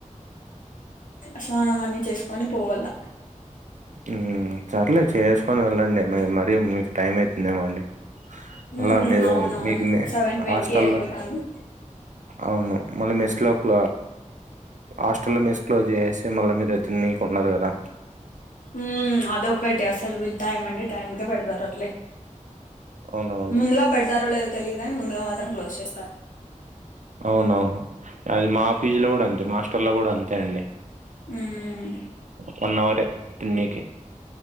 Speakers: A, on the left (about 90°); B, on the right (about 70°).
A: స్నానం అన్ని చేసుకొని పోవల్లా
B: హ్మ్ సర్లే చేసుకొని వెళ్ళండి మరీ మీకు టైం అవుతుందేమో అండి
A: మ్మ్
B: ఎలా మీరు
A: అవునవును
B: మీకు మీ
A: సెవెన్ ట్వంటీ
B: హాస్టల్ల్లో
A: అయిపోతాంది
B: అవును మళ్ళీ మెస్ లో క్ హాస్టల్ లో మెస్ క్లోజ్ చేసి మళ్ళీ మీరు తిన్నకి ఉన్నది కదా
A: ఉమ్మ్ అదొక్కటి అసలు వీళ్ళు టైం అంటే టైంకే పెడతారు అట్లే
B: అవునవును
A: ముందుగా పెడతారో లేదో తెలీయదు కాని ముందుగా మాత్రం క్లోజ్ చేస్తారు
B: అవునవును అది మా ఫీజ్ లో కూడా అంతే మా హాస్టల్లో కూడా అంతే అండి
A: మ్మ్
B: వన్ అవర్ తెన్నేకి